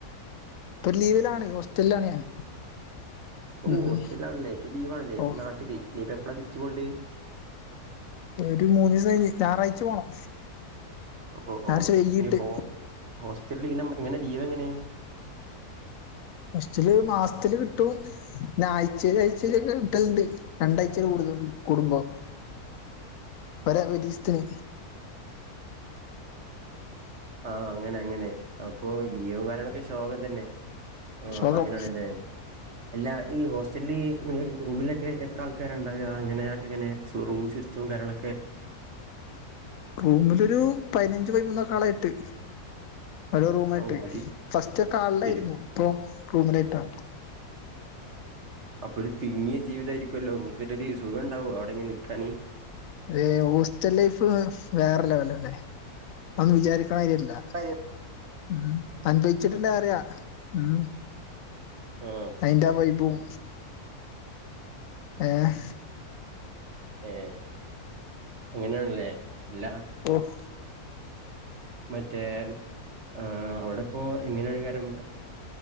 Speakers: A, on the left; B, on the right.
A: ഇപ്പം ലീവിലാണ് ഹോസ്റ്റലാണ് ഞാൻ.
B: ഓഹ്
A: ഉം
B: ഹോസ്റ്റൽല്ലാണ്ല്ലേ ഇപ്പൊ ലീവാണ്ല്ലേ
A: ഓ
B: ഇപ്പ നാട്ടില് ഇനിയിപ്പം എപ്പളാ തിരിച്ചു പോവണ്ടിയേ
A: ഒരു മൂന്നീസം കഴിഞ്ഞ് ഞാറാഴ്ച്ച പോണം.
B: ഓഹ്
A: ഞായറാഴ്ച
B: ഓഹ്
A: വൈകീട്ട്
B: ഇനി ഫോ ഹോസ്റ്റലില് ഇങ്ങനെ എങ്ങനെ ലീവെങ്ങനെ
A: ഫസ്റ്റ്ല് മാസ്ത്തില് കിട്ടും പിന്നെ ആഴ്ചേല് ആഴ്ചേലൊക്കെ കിട്ടല്ണ്ട് രണ്ടാഴ്ച കൂടു കുടുംബോ ഒര ഒരീസ്ത്തിന്
B: ആഹ് അങ്ങനെ അങ്ങനെ അപ്പൊ ലീവുംകാര്യങ്ങളൊക്കെ ശോകം തന്നെ ആഹ്
A: ശോകം
B: അപ്പഅങ്ങനാണ്ല്ലേ അല്ലാ ഈ ഹോസ്റ്റൽലീ റൂ റൂമിലൊക്കെ എത്ര ആൾക്കാരാണ്ടാകാ അങ്ങനെ അയൊക്കെങ്ങനേ സോ റൂം സിസ്റ്റവും കാര്യങ്ങളൊക്കെ
A: റൂമിലൊരു പയ്നഞ്ച്, പൈമൂന്നോക്കാളക്കായിട്ട്. ഒരോ റൂമായിട്ട്
B: ഓ ഒരു
A: ഫസ്റ്റ്ക്കെ ഹാളിലായിരുന്നു
B: ശരി
A: ഇപ്പൊ റൂമ്നേറ്റാ
B: അപ്പൊരു തിങ്ങിയ ജീവിതായിരിക്കൊല്ലോ, മൊത്തത്തിലൊര് സുഖം ഇണ്ടാവോ അവിടെങ്ങനെ നിക്കാന്
A: യേ ഹോസ്റ്റൽ ലൈഫ് വേറെര് ലെവലെന്നെ അഒന്നും വിചാരിക്കണമാര്യല്ല
B: അയ്യോ.
A: ഉം അനുഭവിച്ച്ട്ട്ണ്ടെ അറിയാഉം
B: ആഹ്
A: അയിന്റെ ആ വൈബും ഏഹ്
B: ഏ അങ്ങനെണ്ല്ലേ എല്ലാ
A: ഓഹ്
B: മറ്റേ ഏഹ് അവിടെപ്പോ എങ്ങനേണെയ്ക്കാരം